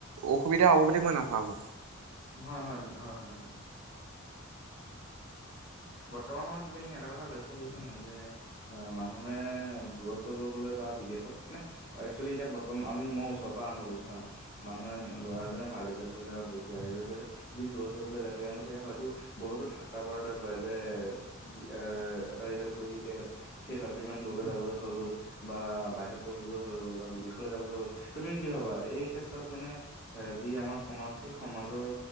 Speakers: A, on the right (about 80°); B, on the left (about 60°).
A: অসুবিধা হ'ব বুলি মই নাভাবো।
B: হয় হয় হয় হয়। বৰ্তমান সময়ত তুমি এটা কথা লক্ষ্য কৰিছা ন যে অ মানুহে দূৰত পঢ়িব গলে বা বিদেশত মানে একচুৱেলি এতিয়া বৰ্তমান আমি মই ওচৰৰ পৰা আৰম্ভ কৰিছো ন মানুহৰ ল'ৰাজনে। ভাল ৰিজাল্ট কৰিলে বা বেয়া ৰিজাল্ কৰিলে যদি দূৰত পৰিবলৈ যায় তেওঁলোকে হয়তো। বহুতো ঠাট্টা টাইপৰ কৰে যে এ এটা ৰিজালট কৰি সেই ল <unintelligible> দূৰলৈ যাবলৈ হৈ গ'ল বা বাহিৰত পঢ়িবলৈ হৈ গ'ল বা বিদেশলৈ যাবলৈ গ'ল তুমি কি ভাবা এই ক্ষেত্ৰত মানে যি আমাৰ সমাজ সমাজৰ